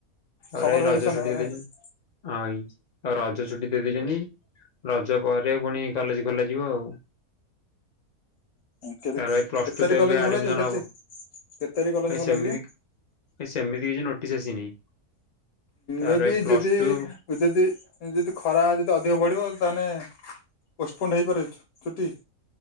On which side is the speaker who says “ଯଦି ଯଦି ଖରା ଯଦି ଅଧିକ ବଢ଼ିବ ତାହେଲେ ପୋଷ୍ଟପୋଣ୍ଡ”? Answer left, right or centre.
Left